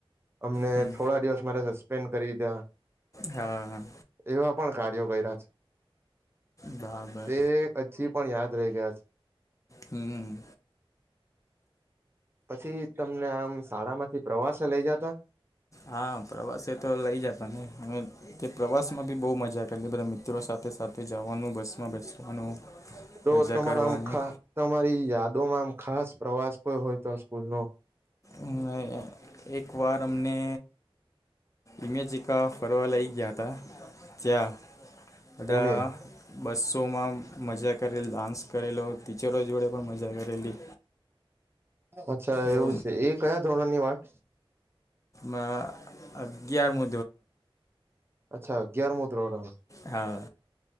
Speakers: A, on the right (about 25°); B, on the left (about 35°).
A: અમને
B: હમ
A: થોડા દિવસ મારે સસ્પેન્ડ કરી દીધા.
B: હા, હા.
A: એવા પણ કાર્યો કર્યા
B: બરાબર
A: છે એ... હજી પણ યાદ રહી ગયા છે.
B: હમ્મ.
A: પછી તમને આમ શાળામાંથી પ્રવાસે લઈ જતા.
B: હા, પ્રવાસે તો લઇ જતા ને તે પ્રવાસમાં બી બો મજા કરલી બધા મિત્રો સાથે. સાથે જવાનું બસમાં બેસવાનું
A: તો
B: મજા
A: તમારા
B: કરવાની
A: આમ ખા તમારી યાદોમાં આમ ખાસ પ્રવાસ કોઈ હોય તો સ્કૂલનો
B: અને એકવાર અમને ઇમેજકા ફરવાઆ લઈ ગયા હતા જ્યાં બધા
A: પુણે
B: બસોમાં મજા કરેલ ડાન્સ કરેલો. ટીચરો જોડે પણ મજા કરેલી.
A: અચ્છા
B: બહુ
A: એવું છે એ કયા ધોરણની વાત
B: અ અગિયારમુ
A: અચ્છા, અગિયારમુ ધોરણ.
B: હા.